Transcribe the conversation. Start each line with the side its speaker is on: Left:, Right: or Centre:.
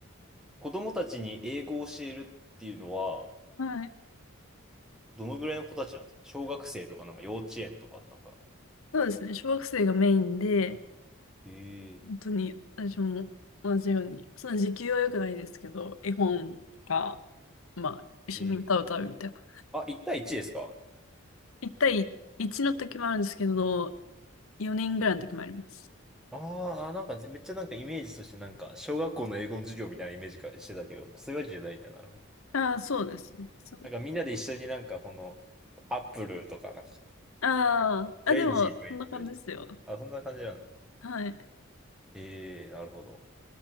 Centre: 子供たちに英語を教えるっていうのは、
Left: はい。
Centre: どのぐらいの子たちなんですか小学生とか、なんか幼稚園とか、なんか。
Left: そうですね。小学生がメインで、
Centre: ええ
Left: 本当に私も同じように、その時給は良くないですけど、絵本かまあ、一緒に歌を歌うみたいな。
Centre: ええあ、1対1ですか
Left: 一対一の時もあるんですけど、4人ぐらいの時もあります。
Centre: あーあー、なんかじめっちゃなんかイメージとしてなんか小学校の英語の授業みたいなイメージかしてたけど、そういうわけじゃないんだ。なるほど。
Left: ああ、そうですね。そう。
Centre: なんかみんなで一緒になんかこのアップルとかなんか
Left: ああ、あ、
Centre: オレンジとか言ってる。
Left: でも、そんな感じですよ。
Centre: あ、そんな感じなの。
Left: はい。
Centre: ええなるほど。